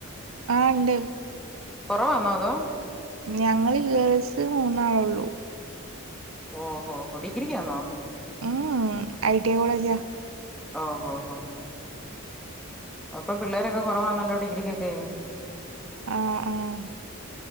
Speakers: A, on the right; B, in the centre.
A: ആണ്ട്.
B: കൊറവാന്നോ അതോ
A: ഞങ്ങള് ഗേൾസ് മൂന്നാളോള്ളൂ.
B: ഓഹോ ഡിഗ്രിക്കാന്നോ?
A: ഉം ഐ ടി എ കോളേജ.
B: ഓ ഹോ ഹോ ഹോ അപ്പം പിള്ളേരൊക്കെ കുറവാണല്ലോ ഡിഗ്രികൊക്കേ? <inaudible>
A: ആഹ് ആഹ്